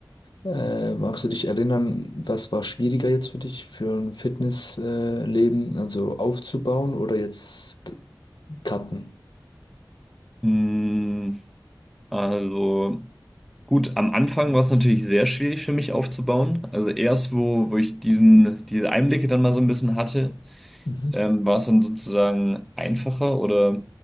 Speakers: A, on the left (about 85°); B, in the centre.
A: äh, magst du dich erinnern, was war schwieriger jetzt für dich für ein Fitnessleben, äh, Leben? also aufzubauen oder jetzt cutten?
B: Mm, Also. Gut, am Anfang war es natürlich sehr schwierig für mich aufzubauen. Also erst, wo, wo ich diesen, diese Einblicke dann mal so ein bisschen hatte,
A: Mhm.
B: ähm, war es dann sozusagen einfacher oder